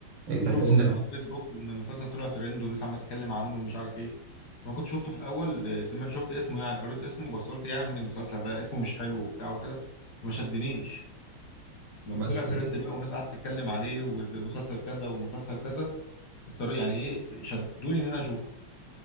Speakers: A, on the right; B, on the left.
A: إيه
B: شفته
A: كان تاني
B: من
A: ده
B: على الفيسبوك ان المسلسل طلع ترند والناس عماله تتكلم عنه ومش عارف ايه ما كنت شفته في الاول آه، سمع- شفت اسمه يعني قريت اسمه بس قلت إيه يا عم المسلسل ده اسمه مش حلو وبتاع وكده فما شدنيش لما
A: بس
B: طلع ترند بقى والناس قعدت تتكلم عليه والمسلسل كذا والمسلسل كذا الطريق يعني ايه شدوني ان انا اشوفه